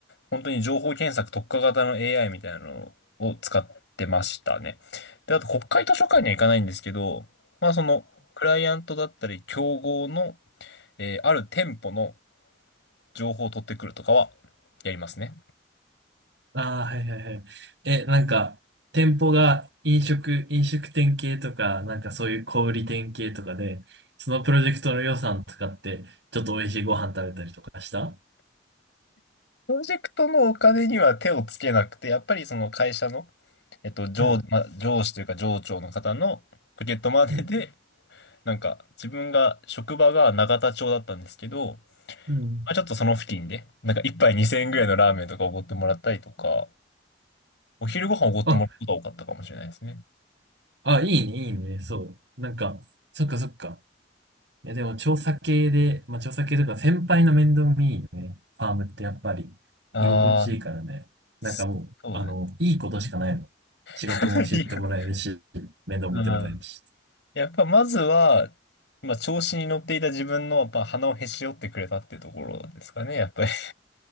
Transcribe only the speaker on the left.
本当に情報検索特化型の AI みたいなのを使ってましたね。で、あと国会図書館には行かないんですけど、まあそのクライアントだったり競合の、えーある店舗の情報を取ってくるとかはやりますね。
プロジェクトのお金には手をつけなくて、やっぱりその会社の、えっと、上、
まあ、上司というか上長の方のポケットマネーで、
なんか自分が、職場が永田町だったんですけど、
まあ、ちょっとその付近で、なんか一杯2000円ぐらいのラーメンとかおごってもらったりとか、お昼ご飯おごってもらうことが多かったかもしれないですね。
ああ、
そ
うです。
<laughs> いいかな
うんやっぱまずは、まあ、調子に乗っていた自分の、やっぱ鼻をへし折ってくれたってところですかね、やっぱり。